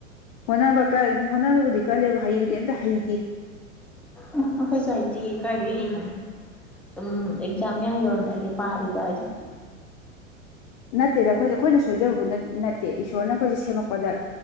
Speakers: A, on the left; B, in the centre.
A: ꯍꯣꯠꯅꯥꯕ ꯀꯟ ꯍꯅꯥꯕꯕꯨꯗꯤ ꯀꯜꯂꯦꯕꯨ ꯍꯩꯕꯗꯤ ꯑꯃꯇ ꯍꯩ
B: ꯎꯝ ꯑꯩꯈꯣꯏ ꯁꯥꯏꯗꯤ ꯀꯥꯏꯗ ꯍꯩꯕꯅꯣ ꯁꯨꯝ ꯑꯦꯛꯖꯥꯝ ꯃꯌꯥ ꯌꯧꯔꯝꯗ ꯄꯥꯔꯤꯕ ꯗꯨꯅꯤ
A: ꯅꯠꯇꯦꯗ ꯑꯩꯈꯣꯏꯁꯦ ꯑꯩꯈꯣꯏꯅ ꯁꯣꯏꯖꯕꯕꯨ ꯅꯠꯇꯦ ꯏꯁꯣꯔꯅ ꯑꯩꯈꯣꯏꯁꯦ ꯁꯦꯝꯃꯛꯄꯗ